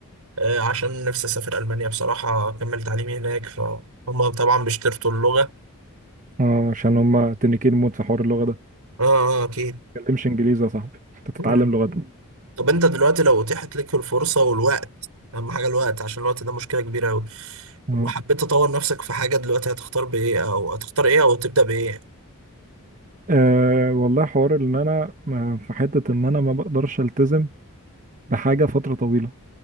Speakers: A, on the right; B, on the right.
A: آه، عشان نفسي أسافر ألمانيا بصراحة أكمل تعليمي هناك فهم طبعا بيشترطوا اللغة
B: اه عشان هما تنكين موت في حوار اللغة ده
A: آه آه أكيد
B: ما تتكلمش انجليزي يا صاحبي انت تتعلم
A: مم.
B: لغتنا
A: طب أنت دلوقتي لو أتيحت لك الفرصة والوقت أهم حاجة الوقت عشان الوقت ده مشكلة كبيرة أوي
B: اه
A: وحبيت تطور نفسك في حاجة دلوقتي هتختار بإيه أو هتختار إيه أو تبدأ بإيه؟
B: آه، والله حوار ان انا آه، في حتة ان انا ما بقدرش التزم بحاجة فترة طويلة